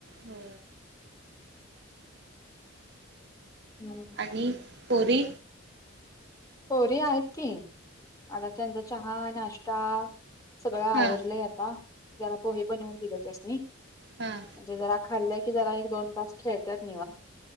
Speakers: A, on the right; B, on the left.
A: हो
B: हम्म
A: आणि पोरी
B: पोरी आहेत की आता <unintelligible> चहा नाष्टा सगळं आवरलंय
A: हा
B: आता जरा पोहे बनवून दिलं त्यासनी म्हणजे
A: हा
B: जरा खाल्लंकी जरा एक दोन तास खेळतात निवा